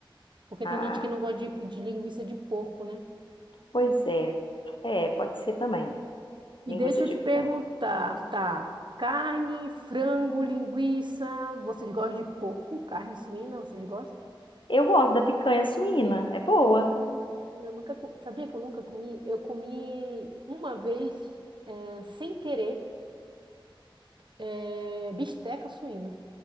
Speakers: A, on the right; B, on the left.
A: porque
B: ah
A: tem gente que não gosta de, de linguiça de porco, né?
B: Pois é. É, pode ser também.
A: E
B: Linguiça
A: deixa
B: de
A: eu te
B: frango.
A: perguntar, tá? Carne, frango, linguiça, vocês gostam de porco? Carne suína, vocês gostam?
B: Eu gosto da picanha suína, é boa.
A: Hum, eu nunca, co- sabia que eu nunca comi? Eu comi uma vez, é, sem querer, é, bisteca suína.